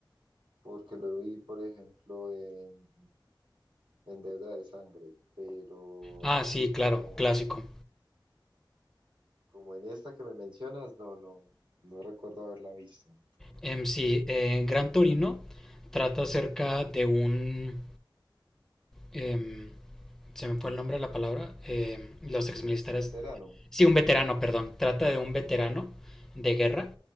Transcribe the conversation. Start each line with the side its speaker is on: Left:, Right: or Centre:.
Right: porque lo vi, por ejemplo, en en deuda de sangre, pero
Centre: Ah,
Right: así
Centre: sí,
Right: como,
Centre: claro, clásico.
Right: como en esta que me mencionas, no, no, no recuerdo haberla visto.
Centre: Em, sí, eh, Gran Torino trata acerca de un... em, se me fue el nombre de la palabra. em, los exmilitares...
Right: Veterano,
Centre: Sí, un veterano, perdón. Trata de un veterano de guerra